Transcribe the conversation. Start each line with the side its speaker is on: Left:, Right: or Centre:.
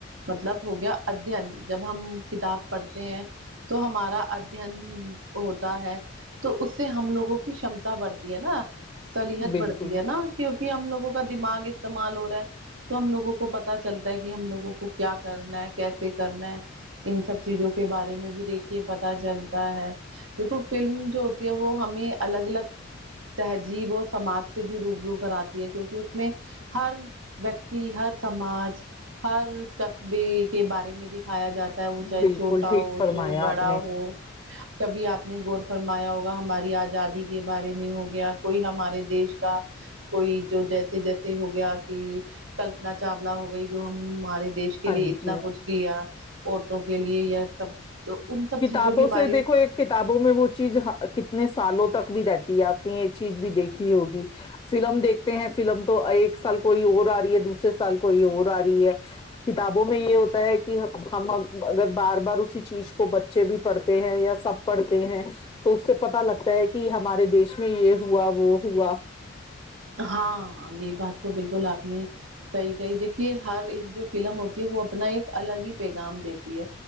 Right: مطلب ہو گیا ادھین جب ہم کتاب پڑھتے ہیں تو ہمارا ادھین ہو ہے تو اس سے ہم لوگوں کی شمتا بڑھتی ہے نا سلیحت
Left: بالکل
Right: بڑھتی ہے نا کیونکہ ہم لوگوں کا دماغ استعمال ہو رہا ہے تو ہم لوگوں کو پتا چلتا ہے کہ ہم لوگوں کو کیا کرنا ہے کیسے کرنا ہے ان سب چیزوں کے بارے میں بھی دیکھیے پتا چلتا ہے دیکھو فلم جو وہ ہمیں الگ الگ تہذیب اور سماج سے بھی روب رو کر آتی ہے کیونکہ اس میں ہر ویکتی ہر سماج ہر قصبے کے بارے میں د کھایا جاتا ہے وہ چاہے
Left: بالکل
Right: چھوٹا
Left: ٹھیک
Right: ہو
Left: فرمایا
Right: چاہ بڑا
Left: آپ نے
Right: ہو کبھی آپ نے گور فرمایا ہماری آزادی کے بارے میں ہو گیا کوئی ہمارے دیش کا کوئی جو جیسے جیسے ہو گیا کہ کلپنا چاولہ ہو گئی جو ہم ہمارے دیش کے
Left: ہاں
Right: لیے اتنا
Left: جی
Right: کچھ کیا عورتوں کے لیے یہ سب تو ان سب
Left: کتابوں
Right: چیزوں کے
Left: سے
Right: بارے
Left: دیکھو
Right: میں
Left: ایک کتابوں میں وہ چیز کتنے سالوں تک بھی رہتی ہے آپ نے یہ چیز بھی دیکھی ہوگی فلم دیکھتے ہیں فلم تو ایک سال کوئی اور آ رہی ہے دوسرے سال کوئی اور آ رہی ہے کتابوں میں یہ ہوتا ہے کہ ہم اگر بار بار اسی چیز کو بچ بچے بھی پڑھتے ہیں یا سب پڑھتے ہیں تو اس سے پتا لگتا ہے کہ ہمارے دیش میں یہ ہوا وہ ہوا
Right: ہاں یہ بات تو بالکل آپ نے صحیح کہی دیکھیے ہر ایک جو فلم ہوتی ہے وہ اپنا ایک الگ ہی پیغام دیتی ہے